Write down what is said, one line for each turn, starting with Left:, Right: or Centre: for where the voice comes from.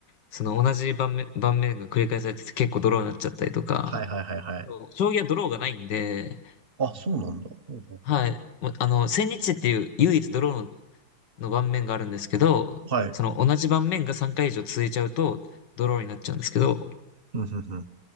Left: その同じ盤面、盤面が繰り返されてて結構ドローになっちゃったりとか、
Right: はいはいはいはい。
Left: そう将棋はドローがないんで、
Right: あ、そうなんだ。ほうほうほう
Left: はい。もうあの、千日っていう唯一ドローの、の盤面があるんですけど、
Right: はい。
Left: その同じ盤面が3回以上続いちゃうとドローになっちゃうんですけど、
Right: うん、うん、うん。